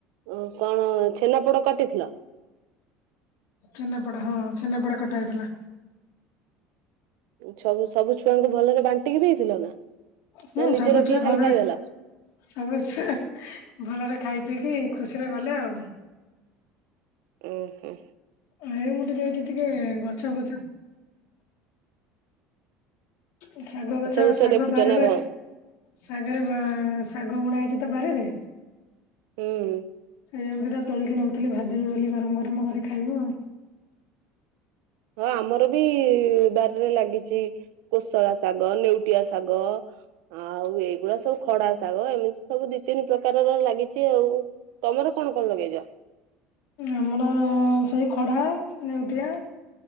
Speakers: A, on the right; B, on the left.
A: ଓ କଣ ଛେନାପୋଡ କାଟିଥିଲ?
B: ଛେନାପୋଡ଼ ହଁ ଛେନାପୋଡ଼ କଟା ହେଇଥିଲା।
A: ସବୁ ସବୁ ଛୁଆଙ୍କୁ ଭଲରେ ବାଣ୍ଟିକି ଦେଇଥିଲ ନା?
B: ହୁଁ
A: ନା ନିଜେ
B: ସବୁ
A: ରଖିକି
B: ଛୁଆ ଭଲରେ
A: ଖାଲି ଖାଇଦେଲ?
B: ସବୁ ଛୁଆ ଭଲରେ ଖାଇ ପିଇକି ଖୁସିରେ ଗଲେ ଆଉ।
A: ଓ ହୋ।
B: ଏଇ ମୁଁ ଟିକେ ଏଇଠି ଟିକେ ଗଛା ଫଛ ଏ ଶାଗ ଗଛ
A: ବୁଛ
B: ଶାଗ
A: ଦେଖୁଛ
B: ବାରିରେ
A: ନା କଣ?
B: ଶାଗରେ ବା- ଶାଗ ବୁଣା ହେଇଛି ତ ବାରିରେ।
A: ହୁଁ
B: ସେଇଆ କୁ ଦିଟା ତୋଳିକି ନଉଥିଲି ଭାଜିିବି ବୋଲି ଗରମ ଗରମ କରି ଖାଇବୁ ଆଉ।
A: ହଁ ଆମର ବି ବାରିରେ ଲାଗିଛି। କୋଶଳା ଶାଗ, ନେଉଟିଆ ଶାଗ ଆଉ ଏଇଗୁଡା ସବୁ ଖଡା ଶାଗ ଏମି ସବୁ ଦି ତିନି ପ୍ରକାରର ଲାଗିଚି ଆଉ। ତୋମର କଣ କଣ ଲଗେଇଚ?
B: ଆମର ସେଇ ଖଡା, ନେଉଟିଆ।